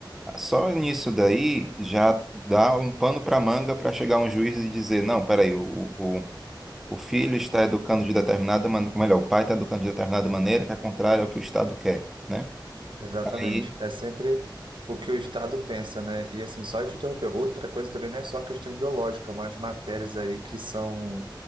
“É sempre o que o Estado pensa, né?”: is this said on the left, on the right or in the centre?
Right